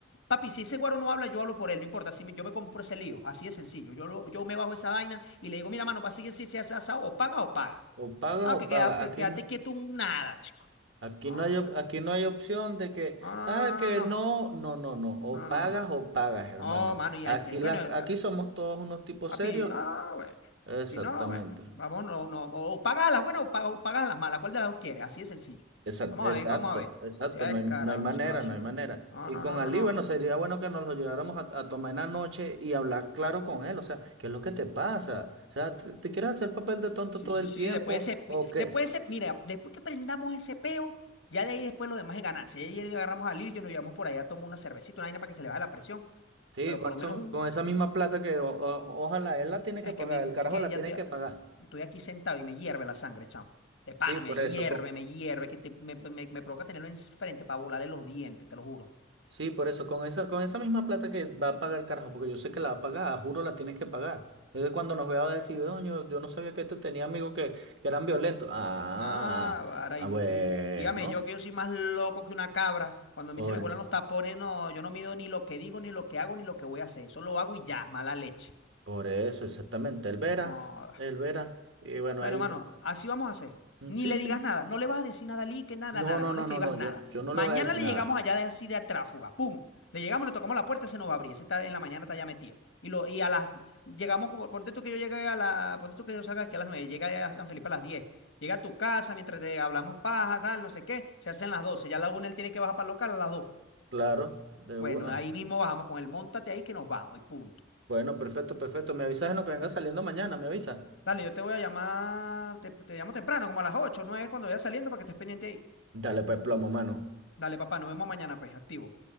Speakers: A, on the left; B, on the right.
A: papi, si ese güero no habla, yo hablo por él, no importa. Si me- yo me compro ese lío, así de sencillo. Yo, lo- yo me bajo esa vaina y le digo, mira, mano, para seguir si se hace asado, o paga o paga.
B: o pagas
A: Ah, que
B: o pagas.
A: queda- te-
B: Aquí
A: quédate
B: no.
A: quieto un nada, chico.
B: Aquí
A: No,
B: no hay, op- aquí no hay opción de que,
A: no, no,
B: ah,
A: no,
B: que
A: no, no,
B: no, no, no, no, o
A: no, no,
B: pagas
A: no, no, no, no.
B: o pagas, hermano.
A: No, mano, y
B: Aquí,
A: al que,
B: las,
A: bueno, eh,
B: aquí somos todos unos tipos
A: papi,
B: serios.
A: ah, bueno.
B: Exactamente.
A: Si no, bueno, vamos, no, no, o pagas a las buenas o pagas, o pagas a las malas, ¿cuál de las dos quieres? Así de sencillo.
B: Exa-
A: Vamos
B: Exacto,
A: a ver, vamos a ver.
B: exacto,
A: Si es
B: no hay, no
A: carajo,
B: hay manera,
A: si no, así
B: no hay
A: no.
B: manera.
A: No,
B: Y
A: no,
B: con
A: no,
B: Ali,
A: no, no.
B: bueno, sería bueno que nos lo lleváramos a, a tomar en la noche y hablar claro con él, o sea, ¿qué es lo que te pasa? O sea, ¿te, te quieres hacer papel de tonto
A: Sí,
B: todo
A: sí,
B: el
A: sí,
B: tiempo
A: después ese, pi-
B: o qué?
A: después ese, mira, después que prendamos ese peo, ya de ahí después lo demás es ganancia. Y ayer agarramos a Lil, yo nos llevamos por allá, tomamos una cervecita, una vaina para que se le baje la presión,
B: Sí,
A: pero
B: con
A: por lo menos
B: eso-
A: un
B: con esa misma plata que o- o- ojalá él la tiene
A: Es
B: que pagar,
A: que, me,
B: el carajo
A: es que
B: la
A: ya
B: tiene
A: estoy,
B: que
A: ah,
B: pagar.
A: estoy aquí sentado y me hierve la sangre, chamo. De pana,
B: Sí, por
A: me
B: eso,
A: hierve,
B: con,
A: me hierve, que te- me, me- me provoca tenerlo enfrente para volarle los dientes, te lo juro.
B: Sí, por eso, con esa, con esa misma plata que va a pagar el carajo, porque yo sé que la va a pagar, juro la tienes que pagar. Entonces cuando nos vea va a decir, "Oño, yo no sabía que este tenía amigos que, que eran violentos. Ah,
A: Ah,
B: ah,
A: ahora,
B: ah,
A: y-
B: bueno,
A: y dígame yo que yo soy más loco que una cabra. Cuando a
B: por,
A: mí se me vuelan los tapones, no, yo no mido ni lo que digo, ni lo que hago, ni lo que voy a hacer. Eso lo hago y ya, mala leche.
B: por eso, exactamente. Él verá,
A: No,
B: él verá. Y bueno,
A: Bueno,
B: ahí,
A: mano,
B: ve-
A: así vamos a hacer.
B: mm,
A: Ni
B: sí,
A: le
B: sí.
A: digas nada, no le vas a decir nada a Lee, que nada,
B: No,
A: nada,
B: no,
A: no
B: no,
A: le escribas
B: no, no,
A: nada.
B: yo, yo no
A: Mañana
B: le voy a decir
A: le
B: nada.
A: llegamos allá de así de Tráfuga, ¡pum! Le llegamos, le tocamos la puerta, se nos va a abrir, ese está en la mañana está ya metido. Y, lo, y a las, llegamos, como- ponte tú que yo llegué a la, ponte tú que yo salga aquí a las nueve llega a San Felipe a las 10. llega a tu casa mientras te hablamos paja, tal, no sé qué, se hacen las 12. ya a la una él tiene que bajar para el local a las 2.
B: Claro, de
A: Bueno,
B: una.
A: ahí mismo bajamos con él, montate ahí que nos vamos y punto.
B: Bueno, perfecto, perfecto. Me avisas en lo que venga saliendo mañana, me avisas.
A: Dale, yo te voy a llamar, te, te llamo temprano, como a las 8, 9 cuando vaya saliendo para que estés pendiente ahí.
B: Dale pues plomo, mano.
A: Dale, papá, nos vemos mañana, pues, activo.